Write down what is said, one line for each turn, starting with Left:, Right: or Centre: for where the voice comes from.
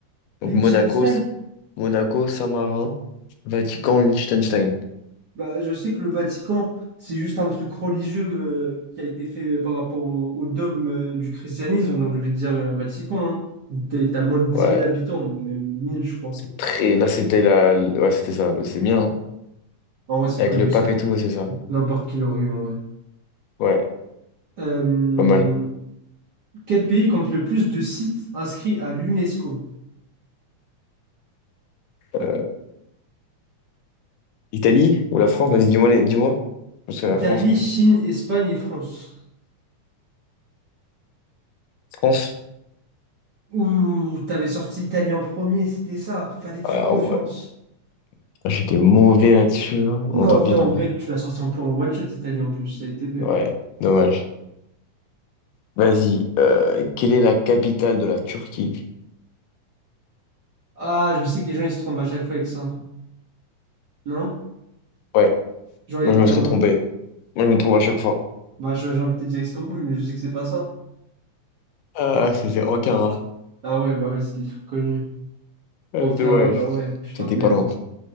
Left: Donc
Right: Liechtenstein?
Left: Monaco, S- Monaco, Saint-Marin, Vatican, Liechtenstein.
Right: Bah, je sais que le Vatican, c'est juste un truc religieux euh, qui a été fait euh, par rapport au, au dogme euh, du christianisme, donc je vais te dire euh, Vatican. Hein. T'es- T'as moins de dix
Left: Ouais,
Right: mille habitants, même 1000 je crois.
Left: c'est très... Là, c'était la... Ouais, c'était ça. C'est bien, hein.
Right: En vrai, c'est
Left: Avec
Right: connu
Left: le pape
Right: ça.
Left: et tout, ouais, c'est ça.
Right: N'importe qui l'aurait eu en vrai.
Left: Ouais,
Right: Euh,
Left: pas mal.
Right: quel pays compte le plus de sites inscrits à l'UNESCO?
Left: Euh, Italie ou la France? Vas-y, dis-moi, les- dis-moi. Parce que
Right: Italie,
Left: la France, mais...
Right: Chine, Espagne et France.
Left: France?
Right: Ouh, t'avais sorti Italie en premier, c'était ça. Fallait te
Left: Ah
Right: faire confiance.
Left: ouais. Putain, J'étais mauvais là-dessus. hein. Bon,
Right: Non,
Left: tant
Right: en vrai,
Left: pis,
Right: en
Left: tant
Right: vrai,
Left: pis.
Right: tu l'as sorti en plan one shot Italie en plus. Ça a été belle.
Left: Ouais, dommage. Vas-y, euh, quelle est la capitale de la Turquie?
Right: Ah, je sais que les gens ils se trompent à chaque fois avec ça. Non?
Left: Ouais,
Right: Genre,
Left: moi
Right: ils- en...
Left: je me serais trompé. Moi je me trompe à chaque fois.
Right: bah, je- j'ai envie de te dire Istanbul mais je sais que c'est pas ça.
Left: Ah, c'était Ankara.
Right: Ah ouais, bah ouais, c'est le truc connu.
Left: Ah,
Right: Ankara,
Left: c'est dommage.
Right: bah ouais, putain
Left: C'était
Right: de merde.
Left: pas loin.